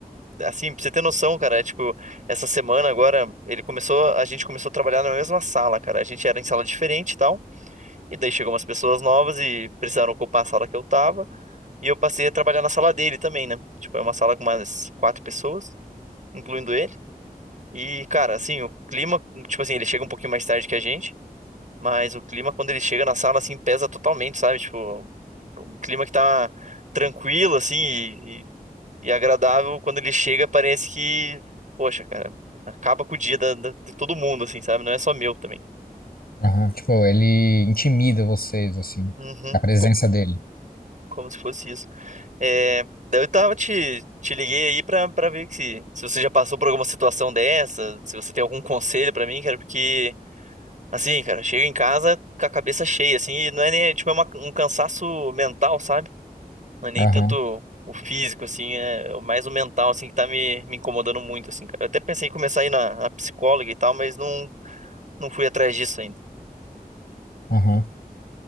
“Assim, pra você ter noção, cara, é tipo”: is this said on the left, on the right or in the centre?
Right